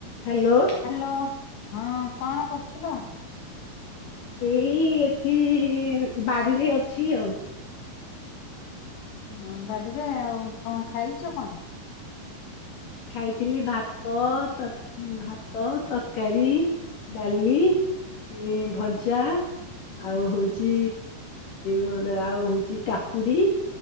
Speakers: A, on the left (about 55°); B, on the left (about 80°).
A: Hello.
B: Hello ହଁ କଣ କରୁଥିଲ?
A: ଏଇ ଏଠି ବାରିରେ ଅଛି ଆଉ।
B: ହଁ ବାଡିରେ ଆଉ କଣ ଖାଇଛ କଣ?
A: ଖାଇଥିଲି ଭାତ ତର୍ ଭାତ ତରକାରୀ ଡାଲି। ଏ ଭଜା ଆଉ ହଉଛି ଗୋଟେ ଆଉ ହଉଛି କାକୁଡି।